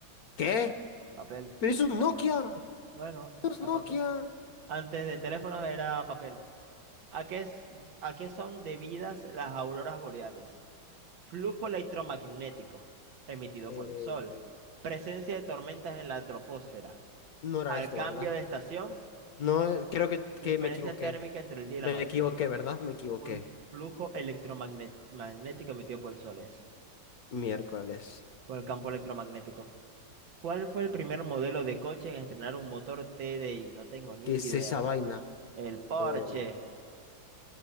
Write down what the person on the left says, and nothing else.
¿Qué?
Pero es un Nokia.
¿Qué es
Nokia?
Eh,
no era
esto,
¿verdad?
No, eh, creo que, que
me equivoqué.
Me
equivoqué, ¿verdad? Me equivoqué.
Miércoles.
¿Qué
es esa vaina?
Eh,